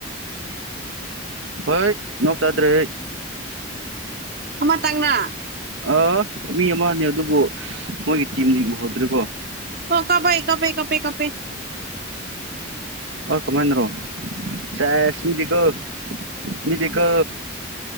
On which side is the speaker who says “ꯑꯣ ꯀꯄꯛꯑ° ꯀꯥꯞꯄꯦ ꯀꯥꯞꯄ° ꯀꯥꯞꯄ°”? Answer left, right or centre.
Right